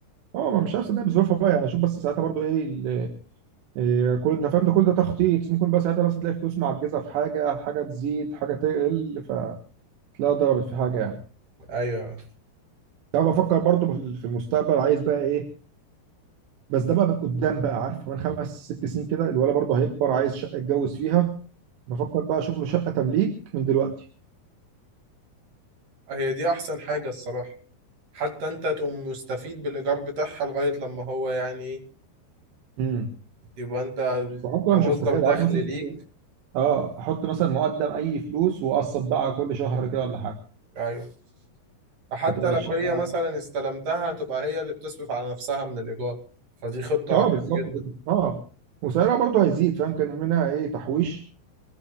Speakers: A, on the right (about 85°); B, on the right (about 55°).
A: اه ما مش عارف صدقني بظروفها بقى يعني اشوف بس ساعتها برضو ايه, ال- إيه كل انت فاهم ده كل ده تخطيط ممكن بقى ساعتها مثلا تلاقي فلوس معجزه في حاجه حاجه تزيد حاجه تقل فتلاقيها ضربت في حاجه يعني
B: ايوه
A: تعرف افكر برضو في المستقبل عايز بقى ايه بس ده بقى قدام بقى عارف كمان خمس ست سنين كده الولد برضه هيكبر عايز شقه يتجوز فيها بفكر بقى اشوف له شقه تمليك من دلوقتي
B: هي دي احسن حاجه الصراحه حتى انت تقوم مستفيد بالايجار بتاعها لغايه لما هو يعني ايه
A: امم
B: يبقى انت
A: وحتى
B: كمصدر
A: مش هستفاد
B: دخل
A: عارف مثلا
B: ليك
A: ايه اه احط مثلا مقدم اي فلوس واقسط بقى كل شهر كده ولا حاجه
B: ايوه فحتى
A: فتبقى
B: لو
A: الشقه
B: هي مثلا استلمتها هتبقى هي اللي بتصرف على نفسها من الايجار فدي خطه
A: اه
B: حلوه
A: بالظبط
B: جدا
A: كده اه وسعرها برضه هيزيد فاهم كان منها ايه تحويش